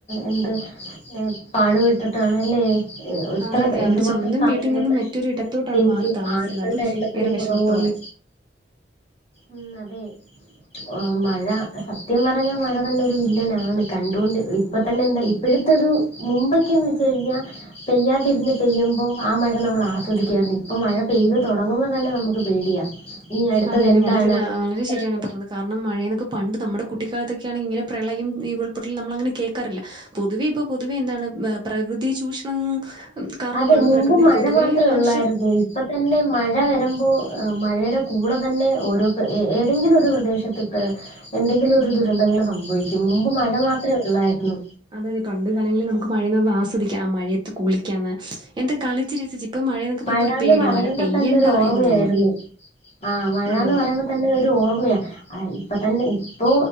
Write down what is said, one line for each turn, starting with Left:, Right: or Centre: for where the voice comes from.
Left: എന്ത് പാടുപട്ടിട്ടാണല്ലേ ഇത്ര
Right: അതെ അതെ
Left: എന്തുമാത്രം
Right: അവര് സ്വന്തം
Left: സാധനങ്ങൾ
Right: വീട്ടിൽ നിന്നും
Left: നശിക്കുകയും
Right: മറ്റൊരു ഇടത്തോട്ടാണ്
Left: ചെയ്തു
Right: മാറി താമസിക്കുന്നത്
Left: ആളുകളുടെ
Right: അതും
Left: എണ്ണത്തിലും
Right: ഏറെ വിഷമത്തോടെ
Left: കുറവു വന്ന് ഉം അതെ ആ മഴ സത്യം പറഞ്ഞാൽ മഴ തന്നെ ഒരു വില്ലനാണ് കണ്ടുകൊണ്ട് ഇപ്പ തന്നെ എന്താ ഇപ്പോഴത്തൊരു മുമ്പൊക്കെ എന്ന് വച്ച് കഴിഞ്ഞാ പെയ്യാതിരുന്ന് പെയ്യുമ്പോ ആ മഴ നമ്മൾ ആസ്വദിക്ക്വായിരുന്നു ഇപ്പൾ മഴ പെയ്തു തുടങ്ങുമ്പോ തന്നെ നമു ക്ക് പേടിയാ ഈ അടുത്തത്
Right: അതെ അതെ
Left: എന്താണ്
Right: വളരെ
Left: അടുത്തത്
Right: വളരെ
Left: എന്താണ്
Right: ശരിയാണ് പറഞ്ഞത് കാരണം മഴേന്നൊക്കെ പണ്ട് നമ്മുടെ കുട്ടിക്കാലത്തൊക്കെയ ആണെങ്കി ഇങ്ങനെ പ്രളയം. ഈ ഉൾപ്പൊട്ടൽ നമ്മളങ്ങനെ കേൾക്കാറില്ല പൊതുവെ ഇപ്പൊ പൊതുവെ എന്താണ് പ്രകൃതി ചൂഷണം കാരണമാണ്
Left: അതെ മുമ്പ്
Right: പ്രകൃതി
Left: മഴ
Right: പൊതുവേ
Left: മാത്രേ
Right: മനുഷ്യർ
Left: ഉള്ളായിരുന്നു ഇപ്പ തന്നെ മഴ വരുമ്പോ മഴയുടെ കൂടെ തന്നെ ഓരോ ഏതെങ്കിലും ഒരു പ്രദേശത്ത് എന്തെങ്കിലും ഒരു ദുരന്തങ്ങൾ സംഭവിക്കും മുമ്പ് മഴ മാത്രേ ഉള്ളായിരുന്നു
Right: അതെതെ പണ്ട് കാലങ്ങളിൽ നമുക്ക് മഴയന്ന് പറ ആസ്വദിക്കാം ആ മഴയത്ത് കുളിക്കാന്ന് എന്താ കളിച്ച് രസിച്ച് ഇപ്പൊ മഴയെന്നൊക്കെ പറയുമ്പോ
Left: മഴാന്ന്
Right: ഒരു പേടിയാ
Left: പറയുമ്പോ
Right: മഴ പെയ്യണ്ട
Left: തന്നെ ഒരു ഓർമ്മയായിരുന്നു
Right: എന്ന് തോന്നും
Left: ആഹ് മഴന്ന്
Right: അതെ അതെ
Left: പറയുമ്പ- തന്നെ ഒരു ഓർമ്മയാണ് ഇപ്പം തന്നെ ഇപ്പോ